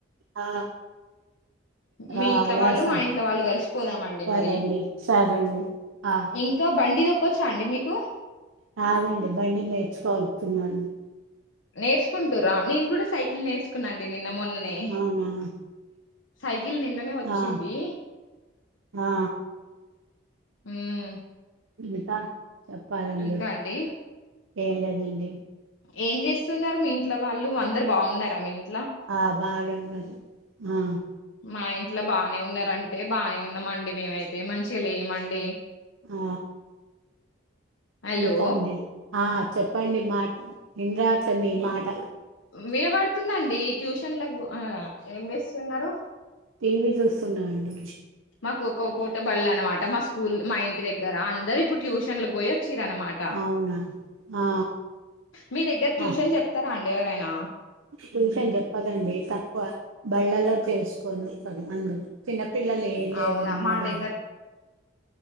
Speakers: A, on the right; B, on the left.
A: ఆ
B: మీ
A: ఆ
B: ఇంట్లో
A: లేస్తాం
B: వాళ్ళు మా ఇంట్ల వాళ్ళు కలిసిపోదామండి
A: సరే
B: మరి
A: అండి సరే అండి ఆ
B: ఇంకా బండి తొక్కొవచ్చా అండి మీకు
A: రాదండి బండిీ నేర్చుకోగుతున్నాను
B: నేర్చుకుంటూరా నేను కూడా సైకిల్ నేర్చుకున్నాండి నిన్న మొన్ననే
A: అవునా
B: సైకిల్ నిన్ననే వచ్చింది
A: ఆ ఆ
B: ఉమ్
A: ఇతా చెప్పాలండి
B: ఇంకా అండి
A: ఏం లేదండి
B: ఏం చేస్తున్నారు మీ ఇంట్లో వాళ్ళు అందరు బాగున్నారా ఆ మీ ఇంట్
A: ఆ బాగానే ఉన్నారు ఆ
B: మా ఇంట్లో బానే ఉన్నారంటే బాగానే ఉన్నామండి మేమయితే మంచిగా లేమండి
A: ఆ
B: హలో
A: ఇంకా అండి ఆ చెప్పండి మా నిాట్ల మీ మాట
B: విలబడుతుందండి ఈ ట్యూషన్లకు ఆ ఏం చేస్తున్నారు
A: టీవీ చూస్తున్నాం అండి
B: మాకు ఒక్క పూట బళ్ళ అనమాట మా స్కూల్ మా ఇంటి దగ్గర అందరు ఇప్పుడు ట్యూషన్ కి పోయి వచ్చర అనమాట
A: అవునా ఆ
B: మీ దగ్గర ట్యూషన్
A: ఆ
B: చెప్తారా అండీ ఎవరైనా
A: ట్యూషన్ చెప్పదండి తక్కువ బళ్ళల్లో తెలుసుకొని వస్తారు అందు చిన్న పిల్లలు ఏం లేదండి
B: అవునా మా
A: మాబధ
B: దగ్గర